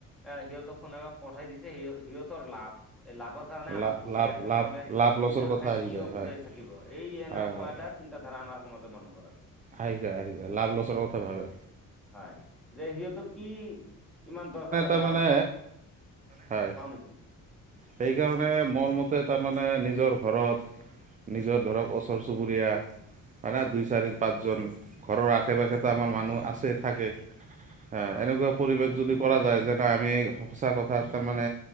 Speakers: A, in the centre; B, on the right.
A: এ সিহঁতক কোনোবা পঠাই দিছে সিহঁতৰ লাভ এই লাভৰ কাৰণে আমাক
B: লাভ
A: বুজেই
B: লাভ
A: আছে
B: লাভ
A: নহলে
B: লাভ লছৰ
A: নিজৰ
B: কথা
A: খাই
B: আহি
A: কিয়
B: যায়
A: বুজাই
B: হয়
A: থাকিব এই এনেকুৱা
B: হয় হয়
A: এটা চিন্তাধাৰা আমাৰ সমাজৰ মানুহৰ আছে।
B: আহি যায় আহি যায় লাভ লছৰ কথা ভাবে
A: হয় যে সিহঁতৰ কি ইমান দৰকাৰ আছ
B: মানে হয়
A: নেকি
B: সেইকাৰণে মোৰ মতে তাৰমানে নিজৰ ঘৰত নিজৰ ধৰক ওচৰ চুবুৰীয়া মানে দুই চাৰি পাঁচজন ঘৰৰ আশে পাশে তামান আমাৰ মানুহ আছে থাকে। হা
A: অ
B: এনেকুৱা পৰিৱেশ যদি কৰা যায় যে তে আমি সঁচা কথা তাৰমানে